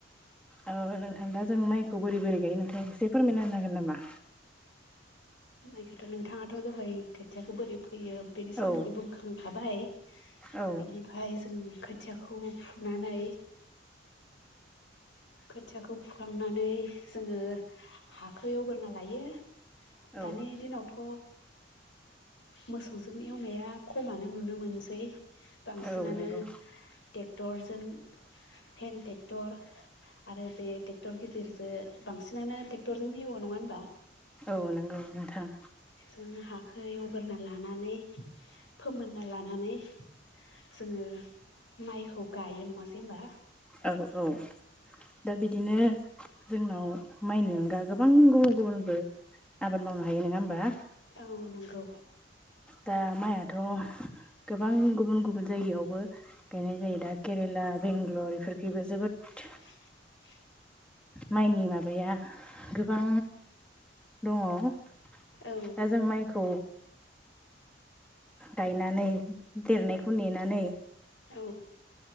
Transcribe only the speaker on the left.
माइखौथ' नोंथाङाथ' दहाय खोथियाखौ बोरै फो यो बेनि सोमोन्दै
बुंखांखाबाय
बेनिफ्राय जों खोथिया खौ फुनानै खोथियाखौ फुखांनानै जोङो हाखौ एवग्रोना लायो दानि
दिनावथ' मोसौजों एवनाया खमानो नुनो मोनसै बांसिनानो
ट्रेक्टरजों हेन्द ट्रेक्टर आरो बे ट्रेक्टर गिदिरजों बांसिनानो ट्रेक्टरजों एवो नङा होनबा?
जों हाखौ एवग्रोना लानानै फोमोनना लानानै जोङो माइखौ गायो नङासै हबा?
औ नंगौ।
<inaudible>
औ
औ